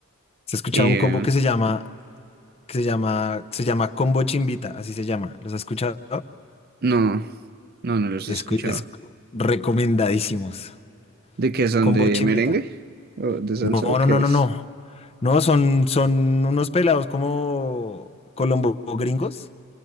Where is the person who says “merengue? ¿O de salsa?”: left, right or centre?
Right